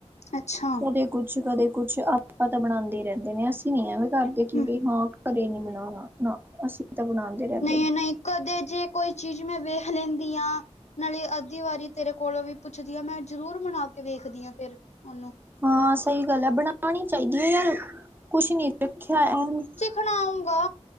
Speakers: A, on the left; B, on the right.
A: ਅੱਛਾ
B: ਕਦੇ ਕੁਛ, ਕਦੇ ਕੁਛ। ਆਪਾ ਤਾਂ ਬਣਾਉਂਦੇ ਹੀ ਰਹਿੰਦੇ ਨੇ, ਅਸੀਂ ਨੀ ਐਵੇਂ ਕਰਦੇ
A: ਹੂੰ
B: ਕਿ ਵੀ ਹਾਂ ਘਰੇ ਨੀ ਬਣਾਣਾ ਨਾ ਅਸੀਂ ਤਾਂ ਬਣਾਉਂਦੇ ਰਹਿੰਦੇ
A: ਨਹੀਂ-ਨਹੀਂ
B: ਨੇ
A: ਕਦੇ ਜੇ, ਕੋਈ ਚੀਜ਼ ਮੈਂ ਵੇਖ ਲੈਂਦੀ ਹਾਂ ਨਾਲੇ ਦੀ ਵਾਰੀ ਤੇਰੇ ਕੋਲੋਂ ਵੀ, ਪੁੱਛਦੀ ਹਾਂ ਮੈਂ ਜ਼ਰੂਰ ਬਨਾ ਕੇ ਵੇਖਦੀ ਹਾਂ ਫਿਰ ਉਹਨੂੰ
B: ਹਾਂ ਸਹੀ ਗੱਲ ਹੈ, ਬਣਾਉਣੀ ਚਾਹੀਦੀ ਹੈ ਯਾਰ ਕੁਛ ਨੀ ਰੱਖਿਆ ਉਹਨੂੰ
A: ਹਲਾਊਂਗਾ